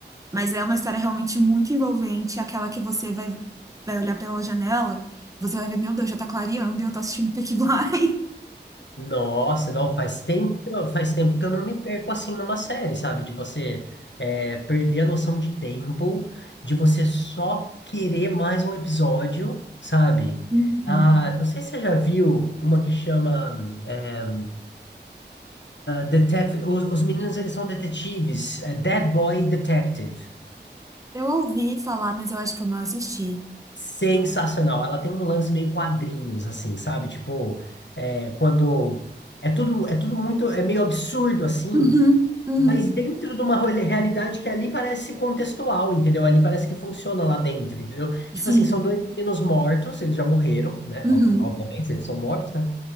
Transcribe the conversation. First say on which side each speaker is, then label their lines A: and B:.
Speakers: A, on the right (about 20°); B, on the left (about 80°).
A: Mas é uma história realmente muito envolvente, aquela que você vai, vai olhar pela janela, você vai ver, meu Deus, já tá clareando e eu tô assistindo Peaky <laughs> Blinders.
B: Nossa, não, faz tempo que eu, faz tempo que eu não me perco assim numa série, sabe? De você é, perder a noção de tempo, de você só querer mais um episódio, sabe?
A: Uhum.
B: Ah, não sei se você já viu uma que chama é, Detec- os, os meninos, eles são detetives. É Dead Boy Detective.
A: Eu ouvi falar, mas eu acho que eu não assisti.
B: Sensacional. Ela tem um lance meio quadrinhos, assim, sabe? Tipo, é, quando... É tudo, é tudo muito... É meio absurdo, assim.
A: Uhum, uhum,
B: Mas dentro de uma role- realidade que ali parece contextual, entendeu? Ali parece que funciona lá dentro, entendeu? Tipo
A: sim,
B: assim, são dois meninos mortos, eles já morreram, né?
A: uhum.
B: Ob- Obviamente, eles são mortos, né?